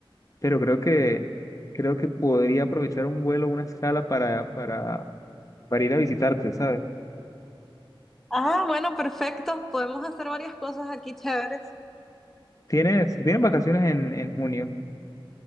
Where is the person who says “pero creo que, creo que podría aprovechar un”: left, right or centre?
Left